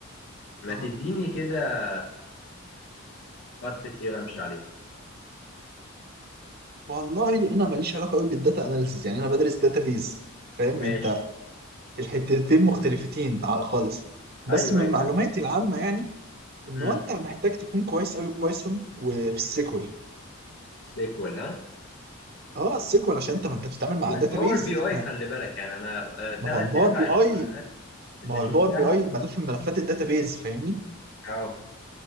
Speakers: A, on the left; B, on the right.
A: ما
B: اه
A: تديني كده خط سير امشي عليه
B: والله انا ماليش علاقه قوي بالداتا اناليسيز يعني انا بدرس داتابيز فاهم
A: ماشي
B: انت الحتتين مختلفتين ع- خالص بس
A: ايوه
B: من
A: اي
B: معلوماتي
A: فاهم
B: العامه يعني ان
A: امم
B: هو انت محتاج تكون كويس قوي بايثون وفي SQL
A: سيكوال ها
B: اه السيكوال عشان انت ما انت بتتعامل مع
A: والباور
B: بيز
A: بي اي خلي بالك يعني انا آه، تلات
B: ما هو الباور
A: ارباع
B: بي
A: الشغلانات
B: اي
A: اللي
B: ما هو
A: شفتها
B: الباور بي اي ملوش من ملفات بيز فاهمني
A: اه